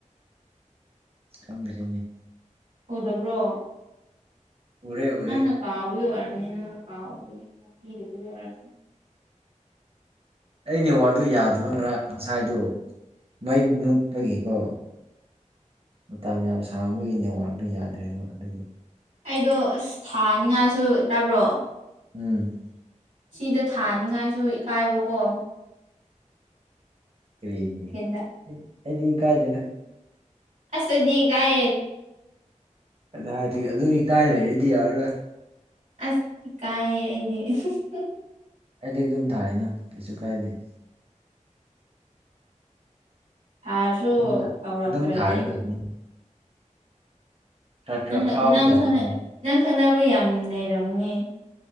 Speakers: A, on the right (about 50°); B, on the right (about 80°).
A: ꯈꯪꯗ꯭ꯔꯦꯅꯦ
B: ꯎꯗꯕ꯭ꯔꯣ
A: ꯎꯔꯦ ꯎꯔꯦ
B: ꯅꯪꯅ ꯀꯥꯎꯕꯒꯤ ꯑꯣꯏꯔꯝꯅꯤ ꯅꯪꯅ ꯀꯥꯎꯕꯒꯤ ꯑꯣꯏ <unintelligible>
A: ꯑꯩ ꯅꯦꯠꯋꯥꯛꯗꯨ ꯌꯥꯗꯕ ꯉꯔꯥꯡ ꯉꯁꯥꯏꯗꯣ ꯃꯩ ꯃꯨꯠꯄꯒꯤꯀꯣ ꯃꯇꯝ ꯌꯥꯝ ꯁꯥꯡꯕꯒꯤ ꯅꯦꯠꯋꯥꯥꯛꯇꯨ ꯌꯥꯗ꯭ꯔꯦꯕ ꯑꯗꯨꯒꯤ
B: ꯑꯩꯗꯣ ꯑꯁ ꯊꯥꯅꯤꯡꯉꯥꯏꯁꯨ ꯇꯥꯕ꯭ꯔꯣ
A: ꯎꯝ
B: ꯁꯤꯗ ꯊꯥꯅꯤꯡꯉꯥꯏꯁꯨ ꯏꯀꯥꯏꯕꯀꯣ
A: ꯀꯔꯤꯒꯤ
B: ꯌꯦꯟꯗ
A: ꯑꯩꯗꯤ ꯏꯀꯥꯏꯗꯦꯗ
B: ꯑꯁ ꯑꯩꯗꯤ ꯏꯀꯥꯏꯌꯦ
A: ꯀꯗꯥꯏꯗꯒꯤ ꯑꯗꯨ ꯏꯀꯥꯏ ꯂꯩꯔꯗꯤ ꯌꯥꯔꯔꯣꯏ
B: ꯑꯁ ꯏꯀꯥꯏꯌꯦ ꯑꯩꯗꯤ <unintelligible>
A: ꯑꯩꯗꯤ ꯑꯗꯨꯝ ꯊꯥꯏꯅ ꯀꯩꯁꯨ ꯀꯥꯏꯗꯦ
B: ꯍꯥꯔꯁꯨ
A: ꯑꯗꯨꯝ ꯊꯥ
B: ꯇꯧꯔꯛꯇ꯭ꯔꯗꯤ
A: ꯑꯗꯨꯝ ꯊꯥꯒꯗꯕꯅꯤ ꯈꯔ ꯈꯔ
B: ꯅꯪ ꯅꯥ
A: ꯐꯥꯎꯒꯗꯕꯅꯤ
B: ꯅꯪ ꯈꯪꯅ ꯅꯪ ꯈꯪꯅꯕ ꯌꯥꯝ ꯂꯩꯔꯝꯒꯅꯤ